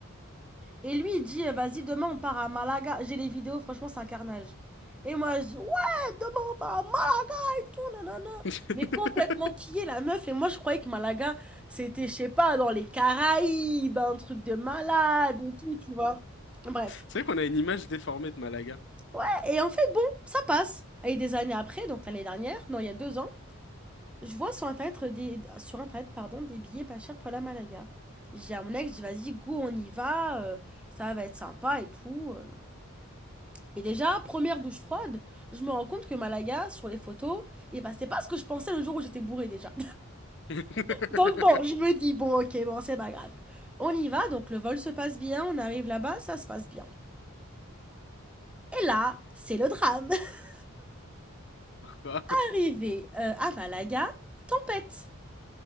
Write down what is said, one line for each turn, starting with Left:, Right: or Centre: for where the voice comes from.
Centre: Et lui, il dit, eh, vas-y, demain on part à Malaga. J'ai les vidéos, franchement, c'est un carnage. Et moi, je dis, ouais, demain on part à Malaga tout, nanana.
Left: <laughs>
Centre: Mais complètement est la meuf. Et moi, je croyais que Malaga, c'était, je sais pas, dans les Caraïbes, un truc de malade et tout, tu vois. Bref.
Left: C'est vrai qu'on a une image déformée de Malaga.
Centre: Ouais, et en fait, bon, ça passe. Et des années après, donc l'année dernière, non, il y a deux ans, je vois sur Internet des, sur Internet, pardon, des billets pas chers pour la Malaga. J'ai à mon ex, je dis, vas-y, go, on y va, euh, ça va être sympa et tout. euh. Et déjà, première douche froide, je me rends compte que Malaga, sur les photos, et ben c'est pas ce que je pensais le jour où j'étais bourrée déjà.
Left: <laughs>
Centre: Donc bon, je me dis, bon, ok, bon, c'est pas grave. On y va, donc le vol se passe bien, on arrive là-bas, ça se passe bien. Et là, c'est le drame. <laughs>
Left: Pourquoi?
Centre: Arrivé euh, à Malaga, tempête.